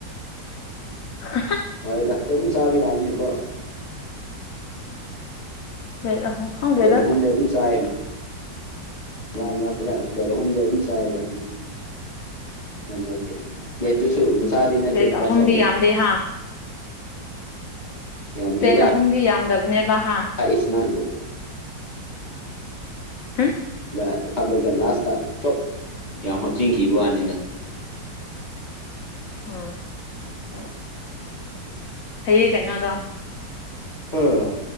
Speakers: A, on the left; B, on the left.
A: ꯑ
B: ꯍꯣꯏꯗꯥ ꯑꯗꯨꯝ ꯆꯥꯕ ꯌꯥꯏꯅꯦꯀꯣ
A: ꯄ꯭ꯂꯦꯠ ꯑꯍꯨꯝ ꯈꯪꯗꯦꯗ
B: ꯄ꯭ꯂꯦꯠ ꯑꯍꯨꯝꯅꯦ ꯑꯗꯨꯝ ꯆꯥꯏ ꯃꯔꯛ <unintelligible> ꯄ꯭ꯂꯦꯠ ꯑꯍꯨꯝꯗꯤ ꯑꯗꯨꯝ ꯆꯥꯏꯗ ꯅꯛꯇꯦ ꯄ꯭ꯂꯦꯠꯇꯨꯁꯨ ꯃꯆꯥꯗꯤ ꯅꯠꯇꯦ
A: ꯄ꯭ꯂꯦꯠ
B: ꯈꯔ
A: ꯑꯍꯨꯝꯗꯤ
B: ꯆꯥꯎꯔꯦ
A: ꯌꯥꯝꯗꯦ
B: <unintelligible>
A: ꯍꯥ
B: ꯌꯥꯝꯗꯦꯗ
A: ꯄ꯭ꯂꯦꯠ ꯑꯍꯨꯝꯗꯤ ꯌꯥꯝꯗꯕꯅꯦꯕ ꯍꯥ
B: <unintelligible>
A: ꯎꯝ
B: ꯅꯥ ꯍꯥꯞꯂꯒ ꯂꯥꯁꯇꯥ ꯆꯣꯛ ꯌꯥꯝ ꯍꯥꯞꯆꯤꯟꯈꯤꯕ ꯋꯥꯅꯦꯗ
A: ꯑꯥ
B: <inaudible>
A: ꯍꯩꯌꯦ ꯀꯩꯉꯥꯗ
B: ꯎꯝ